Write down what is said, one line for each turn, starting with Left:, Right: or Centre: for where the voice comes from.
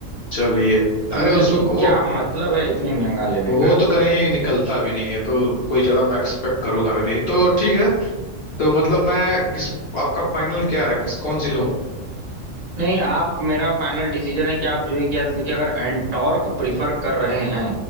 Left: चलिए
Right: तो हम
Left: अरे
Right: क्योंकि
Left: उस वक्त वो
Right: क्या मतलब है इतनी महंगा लेने
Left: वो
Right: का
Left: तो कहीं निकलता भी नहीं है तो कोई ज्यादा मैं एक्सपेक्ट करूंगा भी नहीं तो ठीक है तो मतलब मैं किस आपका फाइनल क्या है किस कौन सी लूं
Right: नहीं आप मेरा फाइनल डिसीजन है कि आप जो है कि या तो देखिए अगर एंटॉर्क प्रिफर कर रहे हैं